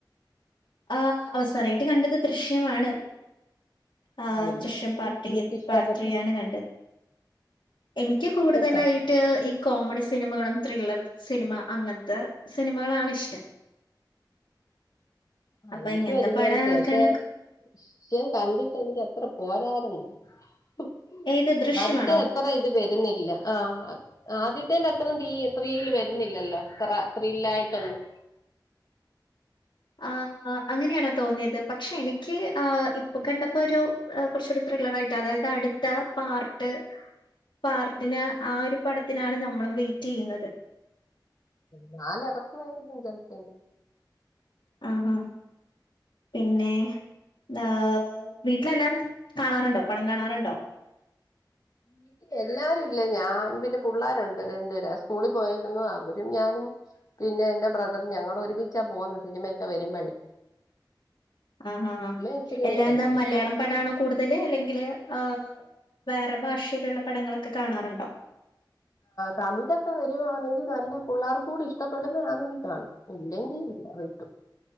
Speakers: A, on the left; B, on the left.
A: ആ അവസാനായിട്ട് കണ്ടത് ദൃശ്യമാണ് ആ
B: ആണില്ല
A: ദൃശ്യം പാർട്ടിയത്
B: എന്നിട്ട് ഇഷ്ടപ്പെട്ടോ
A: പാർട്ട് ത്രീയാണ് കണ്ടത് എനിക്ക്
B: ഇഷ്ടപ്പെട്ടോ
A: കൂടുതലായി ട്ട് ഈ കോമഡി സിനിമകളും ത്രില്ലർ സിനിമ അങ്ങനത്തെ സിനിമകളാണിഷ്ടം
B: ആ
A: അപ്പൊ
B: എനിക്കു
A: ഇങ്ങനത്തെ
B: അതുപോലത്തെ
A: പടം ആക്കാണ്
B: പക്ഷെ.. ശ്യം കണ്ടിട്ട് എനിക്ക് അത്ര പോരാരുന്നു ഹും
A: ഏത് ദൃശ്യമാണോ
B: ആദ്യത്തെ അത്ര ഇത് വരുന്നില്ല ആഹ ആദ്യത്തെന്റെത്രേംതീ ത്രീൽ വരുന്നില്ലല്ലോ ത്ര ത്രില്ലായിട്ടൊന്നും
A: ആഹ അങ്ങനെയാണോ തോന്നിയത് പക്ഷെ എനിക്ക് ഇപ്പൊ കണ്ടപ്പോ ഒരു കുറച്ചുകൂടി ത്രില്ലർ ആയിട്ട് അതായത് അടി ട്ട് പാർട്ട് പാർട്ടിന് ആ ഒരു പടത്തിനാണ് ഞമ്മള് വെയിറ്റ് ചെയ്യുന്നത്
B: ന്നാലു ഇറക്കുവായിരിക്കും ചിലപ്പൻ
A: ആഹ് ഹ പി പിന്നെ.. ദാ വീട്ടിലെല്ലാരും കാണാറുണ്ടോ പടം കാണാറ്ണ്ടോ
B: <inaudible> എല്ലാരുല്ല ഞാൻ പിന്നെ പുള്ളാരുണ്ട് രണ്ടുര് സ്കൂളിൽ പോയേക്കുന്നുവ. അവരും ഞാനും പിന്നെ എന്റെ ബ്രദറും ഞങ്ങളൊ രുമിച്ചാ <unintelligible> സിനിമയൊക്കെ വരുമ്പഴെ
A: ആ ഹ് ഹ ഹാ
B: അച്ഛനും
A: എല്ലാ
B: ഒന്നും വരത്തില്ല
A: എന്താ മലയാളം പടാണോ കൂടുതൽ അല്ലെങ്കിൽ ആ.. വേറെ ഭാഷയിലുള്ള പടങ്ങളൊക്കെ കാണാറുണ്ടോ
B: തമിഴൊക്കെ വരുവാണെങ്കിൽ നല്ല പുള്ളേർക്കു കൂടി ഇഷ്ടപ്പെടുന്നതാണെങ്കി കാണും ഇല്ലെങ്കിൽ ഇല്ല വിട്ടു